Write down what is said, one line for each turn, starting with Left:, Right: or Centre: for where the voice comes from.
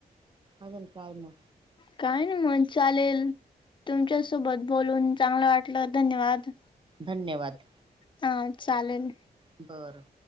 Right: अजून काय म?
Left: काय नाई मग चालेल, तुमच्या सोबत बोलून चांगलं वाटलं. धन्यवाद!
Right: धन्यवाद!
Left: हा चालेल.
Right: बरं.